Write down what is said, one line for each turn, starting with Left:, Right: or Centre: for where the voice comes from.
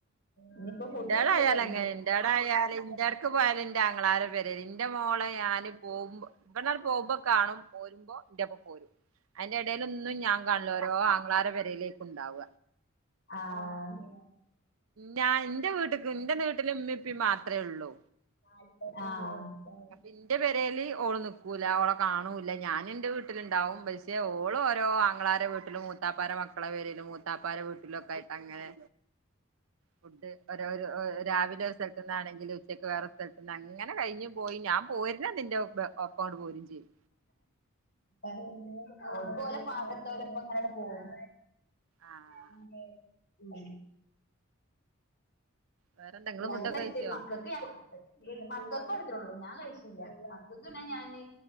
Left: ഇനിയിപ്പോ ഫുഡ്
Right: ഇൻ്റാടായാലങ്ങനെ
Left: കഴിച്ചില്ല കഴിഞ്ഞില്ലല്ലോ
Right: ഇൻ്റാടായാല് ഇൻ്റാട് ക്ക് പോയല് ഇൻ്റാ ങ്ങളാരെ പെരേല് ഇൻ്റെ മോളേ ഞാന് പോവുമ്പോ ഇബട്ന്നാണ്ട് പോവുമ്പോ കാണും പോരുമ്പം ഇന്റെ പ്പം പോരും അയ്ന്റെ ടെലൊന്നും ഞാൻ കാ ല്ലോരോ ആങ്ങളാരെ പെരേലേക്കുണ്ടാവ.
Left: ആഹ്
Right: ഞാ ഇന്റെ വീട്ട്ക്ക് ഇന്റെ നീട്ട്ല് ഇമ്മിപ്പിം മാത്രേള്ളൂ.
Left: ആഹ്
Right: ഇന്റെ പേരേല് ഓള് നിക്കൂല ഓളെ കാണൂല്ല ഞാന് ന്റെ വീട്ട്‌ല്ണ്ടാവും പക്ഷേ ഓ ഓളോരോ ആങ്ങളാരെ വീട്ട്ലും മൂത്താപ്പാരെ മക്കളെ പേരേലും മൂത്താപ്പാരെ വീട്ടിലൊക്കായിട്ടങ്ങനെ ഫുഡ് ഓരോരോ രാവിലൊര് സ്ഥല്ത്ത്ന്നാണെങ്കില് ഉച്ചക്ക് വേറെ സ്ഥൽത്ത്ന്ന് അങ്ങനെ കഴിഞ്ഞു പോയി ഞാം പോര്നന്ന് ഇന്റെ ബ ഒപ്പങ്ങട്ട് പോരും ചെയ്യും.
Left: ഓല്ക്ക് ഓലെ പാകത്തോലപ്പങ്ങനണ്ട് പോവും.
Right: ആഹ്
Left: <unintelligible> ഉം
Right: വേറെന്താ ഇങ്ങള്
Left: ഞാ
Right: ഫുഡൊക്കെ
Left: കഴ്ച്ചിട്ടില്ല
Right: കഴിച്ചോ
Left: മക്കക്ക് ഞാ കൊട്ത്ത്. മക്കക്കൊട്ത്ത്ട്ടൊള്ളൂ ഞാൻ കയിച്ചില്ല അപ്പ പിന്നെ ഞാന്